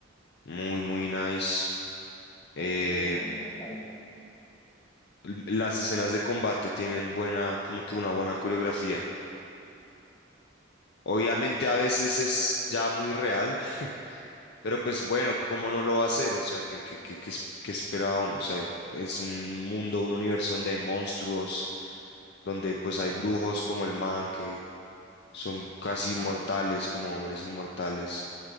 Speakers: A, on the left (about 55°); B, on the left (about 25°).
A: muy, muy nice. Eh,
B: Y es más o menos larga.
A: l- las escenas de combate tienen buena, como que una buena coreografía. Obviamente a veces es ya muy real, pero pues bueno, ¿cómo no lo va a hacer? O sea, ¿qué, qué, qué, qué, es- qué esperaba uno? O sea, es un mundo, un universo donde hay monstruos, donde pues hay brujos como el man, que son casi
B: Claro.
A: inmortales, como hombres inmortales.